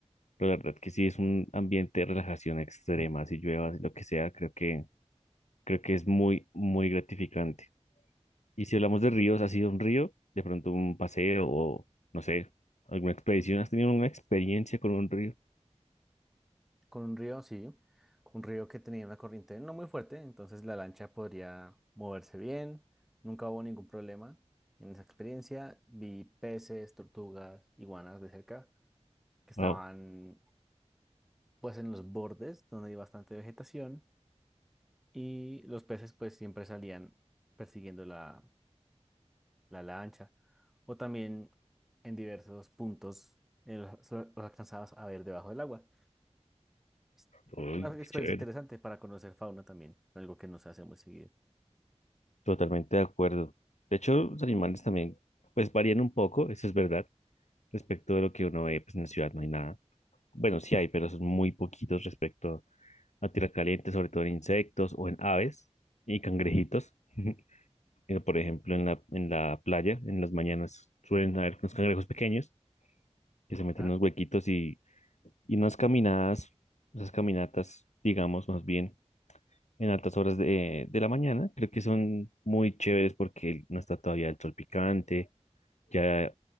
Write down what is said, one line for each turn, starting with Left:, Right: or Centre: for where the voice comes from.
Left: pero la verdad que sí es un ambiente de relajación extrema, si llueva, si lo que sea, creo que, creo que es muy, muy gratificante. Y si hablamos de ríos, ¿ha sido un río? De pronto un paseo o, no sé, alguna expedición. ¿Has tenido una experiencia con un río?
Centre: Con un río, sí, un río que tenía una corriente no muy fuerte, entonces la lancha podría moverse bien. Nunca hubo ningún problema en esa experiencia. Vi peces, tortugas, iguanas de cerca, que estaban
Left: Wow,
Centre: pues en los bordes donde hay bastante vegetación y los peces pues siempre salían persiguiendo la la lancha, o también en diversos puntos eh, los, los alcanzabas a ver debajo del agua. Es
Left: uy,
Centre: una experiencia
Left: qué chévere.
Centre: interesante para conocer fauna también, algo que no se hace muy seguido.
Left: Totalmente de acuerdo. De hecho, los animales también, pues varían un poco, eso es verdad, respecto de lo que uno ve, pues en la ciudad no hay nada. Bueno, sí hay, pero son muy poquitos respecto a tierra caliente, sobre todo en insectos o en aves y cangrejitos. <laughs> Eh, Por ejemplo, en la, en la playa, en las mañanas suelen haber unos cangrejos pequeños que se meten
Centre: Ah,
Left: en unos huequitos y, y unas caminadas, esas caminatas, digamos, más bien en altas horas de, de la mañana, creo que son muy chéveres porque no está todavía el sol picante ya